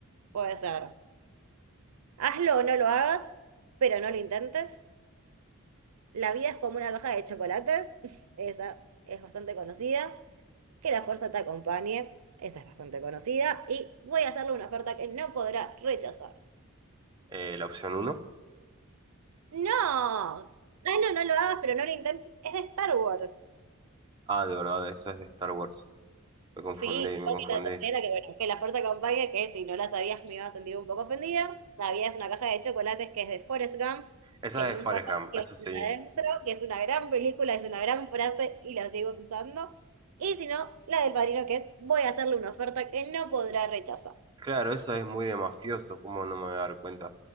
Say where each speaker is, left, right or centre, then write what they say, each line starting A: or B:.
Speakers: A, on the right (about 90°); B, on the right (about 20°).
A: Puede ser. Hazlo o no lo hagas, pero no lo intentes. La vida es como una caja de chocolates. <laughs> Esa es bastante conocida. Que la fuerza te acompañe. Esa es bastante conocida. Y voy a hacerle una oferta que no podrá rechazar.
B: Eh, la opción uno
A: ¡No! Hazlo o no lo hagas, pero no lo intentes. Es de Star Wars.
B: Ah, de verdad, esa es de Star Wars. Me confundí,
A: Sí,
B: me
A: creo
B: confundí.
A: que la tercera, que bueno, que la puerta acompaña, que si no la sabías me iba a sentir un poco ofendida. La vida es una caja de chocolates que es de Forrest Gump,
B: Esa
A: que nunca
B: es de Forrest
A: sabía
B: Gump,
A: que
B: esa
A: iba a
B: sí.
A: tener adentro, que es una gran película, es una gran frase y la sigo usando. Y si no, la del padrino, que es voy a hacerle una oferta que no podrá rechazar.
B: Claro, esa es muy de mafioso, ¿cómo no me voy a dar cuenta?